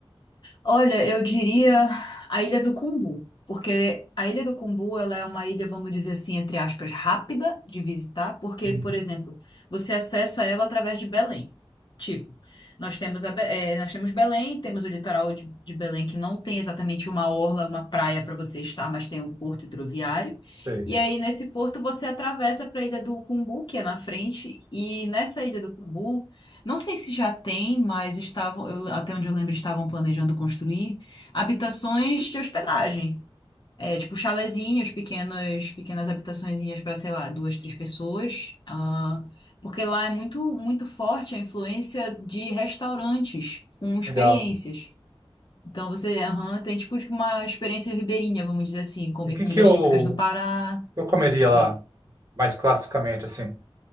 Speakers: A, on the left; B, on the right.
A: Olha, eu diria a Ilha do Cumbu, porque a Ilha do Cumbu ela é uma ilha, vamos dizer assim, entre aspas, rápida de visitar, porque,
B: Uhum.
A: por exemplo, você acessa ela através de Belém. Tipo, nós temos, a, Be- eh, nós temos Belém, temos o litoral de, de Belém, que não tem exatamente uma orla, uma praia para você estar, mas tem o porto hidroviário.
B: Sei.
A: E aí, nesse porto, você atravessa para a Ilha do Cumbu, que é na frente, e nessa Ilha do Cumbu. Não sei se já tem, mas estavam, eu- até onde eu lembro, estavam planejando construir habitações de hospedagem. É, tipo chalezinhos, pequenas, pequenas habitaçõezinhas para, sei lá, duas, três pessoas. Ah, porque lá é muito, muito forte a influência de restaurantes com experiências.
B: Legal.
A: Então você, aham, tem tipo uma experiência ribeirinha, vamos dizer assim, comer
B: E o que
A: comidas
B: que eu,
A: típicas do Pará.
B: eu comeria
A: O quê?
B: lá, mais classicamente, assim?